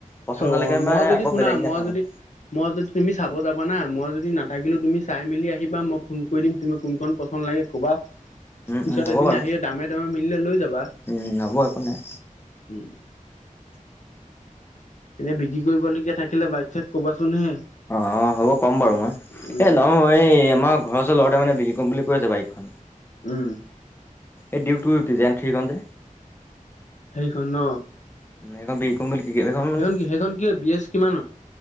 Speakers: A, on the left (about 15°); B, on the left (about 60°).
A: পচন্দ
B: অহ,
A: নালাগে মানে
B: মই যদি
A: আকৌ
B: শুনা
A: বেলেগ দিনা
B: মই
A: চাম
B: যদি
A: আৰু
B: মই যদি তুমি চাব যাবা না, মই যদি নাথাকিলো তুমি চাই মেলি আহিবা মই ফোন কৰি দিম তুমি কোন কন ফোন লাগে কবা,
A: উম,
B: পিছত
A: উম, হ'ব
B: এদিন
A: বাৰু
B: আহি দামে দামে মিলিলে লৈ যাবা
A: উম, হ'ব একো নাই
B: উম এনে বিক্ৰী কৰিবলগীয়া থাকিলে বাইক চাইক কবাচোন হে
A: অ অ হ'ব কম বাৰু মই
B: উম
A: এ লওঁ অ এই আমাৰ ঘৰৰ ওচৰ লৰা এটাই মানে বিক্ৰী কৰিম বুলি কৈ আছে। বাইক
B: উম।
A: এই ডিউক থ্ৰু ডিজাইন থ্ৰী খন যে
B: সেইখন নহ
A: উম এইখন বি কম বুলি এইখন‌‌ মানে
B: কি সেইখন কি বি এছ কিমান